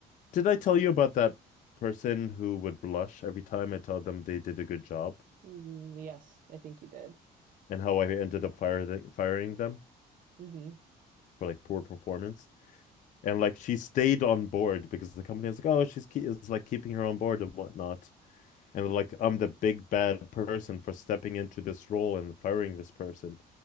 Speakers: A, on the left; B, on the right.
A: Did I tell you about that person who would blush every time I tell them they did a good job
B: Mm, yes, I think you did.
A: and how I ended up fire the, firing them
B: hmm
A: for like poor performance? And like she stayed on board because the company was like, oh, she's ke- is like keeping her on board and whatnot. And like I'm the big bad person for stepping into this role and firing this person.